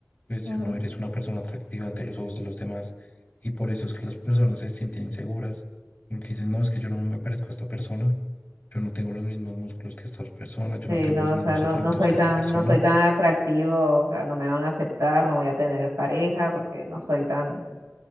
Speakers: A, on the left (about 30°); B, on the right (about 85°).
A: pues
B: ujú.
A: ya no eres una persona atractiva ante los ojos de los demás. Y por eso es que las personas se sienten inseguras, porque dicen, no, es que yo no me parezco a esta persona, yo no tengo los mismos músculos que esta persona, yo
B: Sí,
A: no tengo
B: no,
A: los mismos
B: o sea, no,
A: atributos
B: no soy
A: que
B: tan,
A: esta persona.
B: no soy tan atractivo, o sea, no me van a aceptar, no voy a tener pareja porque no soy tan